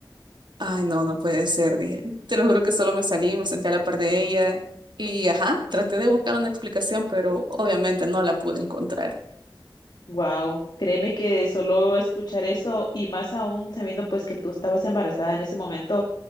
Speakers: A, on the right; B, on the left.
A: ay, no, no puede ser, dije. Te lo juro que solo me salí, me senté a la par de ella y, ajá, traté de buscar una explicación, pero obviamente no la pude encontrar.
B: Wow, créeme que solo escuchar eso y más aún sabiendo pues que tú estabas embarazada en ese momento,